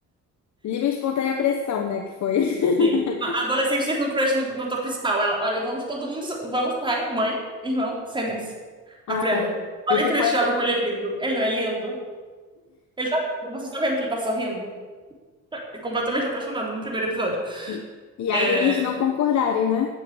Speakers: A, on the left; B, on the right.
A: livre espontânea pressão, né? Que foi. <laughs>
B: Sim. A adolescente teve um crush no, no ator principal. Ela, olha, vamos todo mundo. Vamos, pai, mãe, irmão, sentem-se.
A: Ai,
B: Aprendam.
A: eu
B: Olhem
A: fico.
B: pra este homem como ele é lindo. Ele não é lindo? Ele tá lindo. Vocês estão vendo que ele tá sorrindo? É completamente apaixonado no primeiro episódio.
A: E, e
B: É...
A: aí deles não concordarem, né?